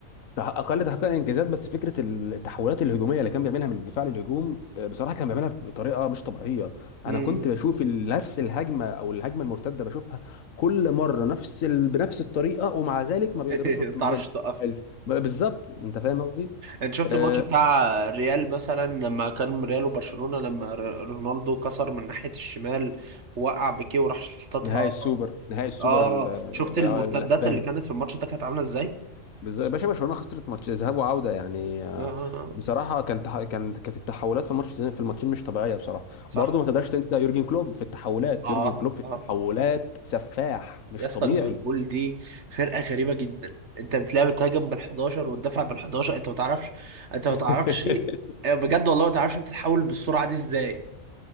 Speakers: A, on the left; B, on the right.
A: تح- اقل تحقيقا انجازات بس فكره التحولات الهجوميه اللي كان بيعملها من الدفاع للهجوم آه، بصراحه كان بيعملها بطريقه مش طبيعيه
B: مم.
A: انا كنت بشوف ال- نفس الهجمه او الهجمه المرتده بشوفها كل مره نفس ال... بنفس الطريقه ومع ذلك ما بيقدروش
B: <laughs>
A: ما
B: ما
A: بت- ما
B: تعرفش
A: بال-
B: توقف
A: ما- بالظبط انت فاهم قصدي
B: انت شفت
A: آه،
B: الماتش بتاع ريال مثلا لما كان ريال وبرشلونه لما ر- رونالدو كسر من ناحيه الشمال وقع بيكيه وراح حططها
A: نهائي السوبر نهائي السوبر
B: اه
A: ال-
B: شفت المرتدات
A: آه، الاسباني
B: اللي كانت في الماتش ده كانت عامله ازاي
A: بس يا باشا برشلونه خسرت ماتش ذهاب وعوده يعني آه،
B: اه آه، آه.
A: بصراحه كانت كانت كانت التحولات في الماتش في الماتشين مش طبيعيه بصراحه
B: صح
A: برضه ما تقدرش تنسى يورجن كلوب في التحولات
B: اه
A: يورجن كلوب في التحولات
B: اه آه.
A: سفاح مش
B: يا اسطى
A: طبيعي
B: ليفربول دي فرقه غريبه جدا انت بتلاعب بتهاجم بال11 وتدافع بال11 انت ما تعرفش انت
A: <laughs>
B: ما تعرفش آه، بجد والله ما تعرفش بتتحول بالسرعه دي ازاي